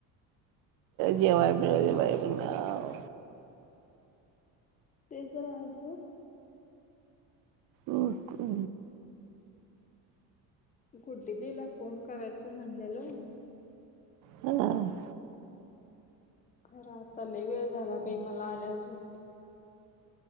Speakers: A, on the right; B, on the left.
A: जेवाय मिळुदे बाई म्हणाव.
B: ते तर हायच हो.
A: ओके.
B: गुड्डी दिला फोन करायचं म्हणलेलो.
A: ह.
B: खरा आता लय वेळ झाला बाई मला आल्या झोप.